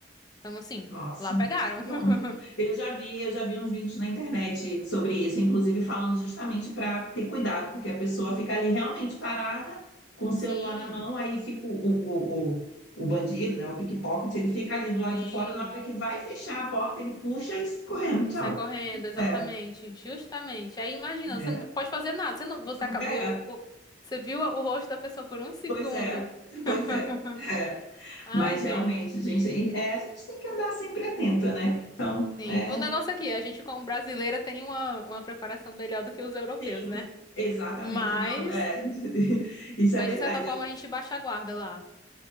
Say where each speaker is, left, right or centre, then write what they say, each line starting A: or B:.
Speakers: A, on the left; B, on the left.
A: Então, assim,
B: Nossa,
A: lá pegaram.
B: que
A: <laughs>
B: bom. Eu já vi, eu já vi uns vídeos na internet sobre isso, inclusive falando justamente para ter cuidado, porque a pessoa fica ali realmente parada com o celular
A: Sim,
B: na mão, aí fica o, o, o, o bandido, né, o pickpocket, ele fica ali do lado
A: sim.
B: de fora, na hora que vai fechar a porta, ele puxa e sai correndo,
A: E
B: tchau.
A: sai correndo, exatamente.
B: É,
A: Justamente. Aí imagina,
B: é,
A: você não pode fazer nada. Você não, você acabou,
B: é,
A: eu- o- você viu o rosto da pessoa por um segundo.
B: pois é, pois
A: <laughs>
B: é. É,
A: Ai,
B: mas
A: gente.
B: realmente, gente, é, a gente tem que andar sempre atento, né? Então,
A: Sim.
B: é,
A: O negócio aqui, a gente como brasileira tem uma, uma preparação melhor do que os europeus,
B: Sim,
A: né?
B: exatamente.
A: Mas,
B: Não, é, <laughs> isso
A: mas
B: é verdade.
A: de certa forma
B: Eu,
A: a gente baixa a guarda lá.